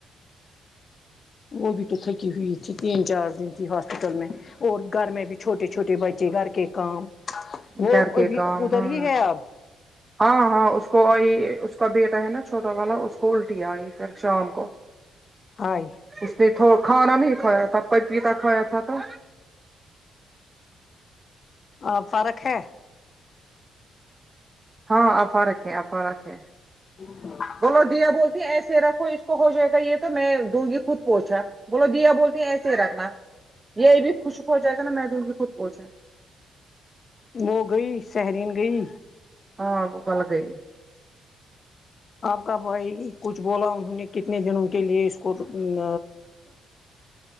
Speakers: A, on the left (about 45°); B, on the right (about 20°).
A: وہ بھی تو تھکی ہوئی تھی تین چار دن تھی ہاسپٹل میں اور گھر میں بھی چھوٹے چھوٹے بچے گھر کے کام وہ
B: گھر کے
A: ابھی
B: کام
A: ادھر
B: ہاں
A: ہی ہے اب
B: ہاں ہاں اس کو اس کا بیٹا ہے ناں چھوٹا والا اس کو کو الٹی آئی پھر شام کو
A: آئی
B: اس نے تو کھانا نہیں کھایا تھا پپیتا کھایا تھا تو
A: اب فرق ہے
B: ہاں اب فرق ہے اب فرق ہے
A: <inaudible>
B: بولو دیا بولتی ایسے رکھو اس کو ہوجائے گا یہ تو میں دوں گی خود پوچھا بولو دیا بولتی ایسے ہی رکھنا یہ بھی خوشک ہو جائے گا نا میں تم کی خود پوچھا
A: وہ گئی سہرین گئی
B: ہاں وہ کل گئی
A: آپ کا بھائی کچھ بولا انہوں نے کتنے دنوں کے لیے اس کتو تم